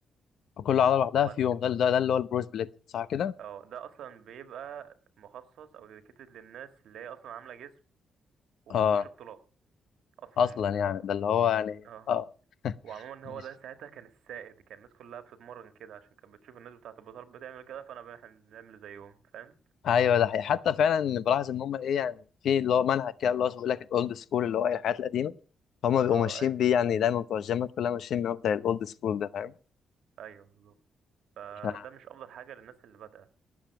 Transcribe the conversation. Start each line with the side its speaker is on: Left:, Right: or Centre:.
Left: كل عضله لوحدها
Right: يوم
Left: في يوم ده ده, ده اللي هو البرو سبليت صح كده
Right: اه ده اصلا بيبقى مخصص او ديديكيتد للناس اللي هي اصلا عامله جسم وبتخش
Left: اه
Right: بطولات اصلا
Left: اصلا
Right: بقى
Left: يعني
Right: فاهم
Left: ده اللي هو يعني
Right: اه
Left: اه <laughs>
Right: وعموما
Left: ماشي
Right: هو ده ساعتها كان السائد كان الناس كلها بتتمرن كده عشان كانت بتشوف الناس بتاعه البطولات بتعمل كده فانا احنا بنعمل زيهم فاهم
Left: ايوه ده حقيقي حتى فعلا بلاحظ ان هم ايه يعني في اللي هو منهج كده اللي هو بيقول لك الاولد سكول اللي هو ايه الحاجات القديمه هم بيبقوا
Right: اه
Left: ماشيين
Right: اي
Left: بيه يعني دايما بتوع الجيمات كلها ماشيين بمبدأ الاولد سكول ده فاهم
Right: ايوه بالظبط آه،
Left: ف...
Right: ده مش افضل حاجه للناس اللي بادئه